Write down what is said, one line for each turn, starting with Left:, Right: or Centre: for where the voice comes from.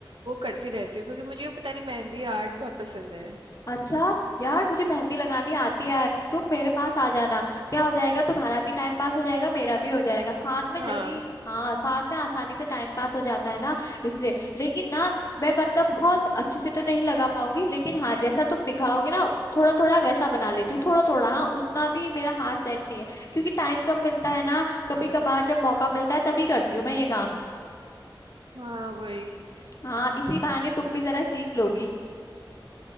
Right: वो करती रहती हूँ क्योंकि मुझे ये पता नहीं मेहंदी आर्ट बहुत पसंद है
Left: अच्छा यार मुझे मेहंदी लगानी आती है तुम मेरे पास आ जाना क्या हो जाएगा तुम्हारा भी टाइम पास हो जाएगा मेरा भी हो जाएगा साथ में
Right: हाँ
Left: जल्दी हाँ साथ में आसानी से टाइम पास हो जाता है ना इसलिए लेकिन ना मैं मतलब बहुत अच्छे से तो नहीं लगा पाऊंगी लेकिन हाँ जैसा तुम दिखाओगे ना थोड़ा थोड़ा वैसा बना लेती हूँ थोड़ा थोड़ा हाँ उतना भी मेरा हाथ सेट नहीं है क्योंकि टाइम कम मिलता है ना कभी कभार जब मौका मिलता है तभी करती हूँ मैं ये काम
Right: हाँ वही
Left: हाँ इसी बहाने तुम भी जरा सीख लोगी